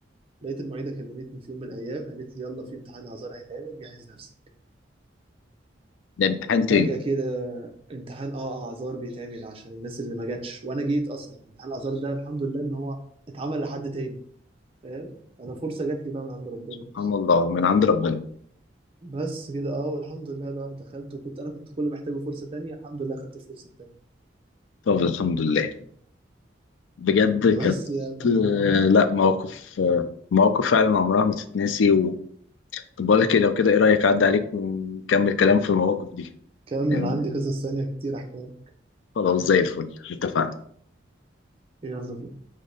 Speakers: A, on the right; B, on the left.
A: لقيت المعيده كلمتني في يوم من الايام قالت لي يلا في امتحان اعذار هيتعمل جهز نفسك
B: ده امتحان تاني
A: فجاه كده امتحان اه اعذار بيتعمل عشان الناس اللي ما جاتش وانا جيت اصلا فامتحان الاعذار ده الحمد لله ان هو اتعمل لحد تاني فاهم انا فرصه جات لي بقى من عند ربنا
B: سبحان
A: يعني.
B: الله من عند ربنا
A: بس كده اه والحمد لله بقى ودخلت وكنت انا كنت كل محتاجه فرصه تانية الحمد لله خدت الفرصه التانية
B: طب الحمد لله بجد كانت
A: بس يعني
B: آه،
A: آه،
B: لا مواقف آه، مواقف فعلا عمرها ما تتنسي و... طب بقول لك إيه، لو كده ايه رأيك عدى عليك ونكمل كلام في المواقف دي
A: كمل
B: لأن
A: عندي قصص تانية كتير احكي
B: خلاص زي الفل اتفقنا
A: يلا بينا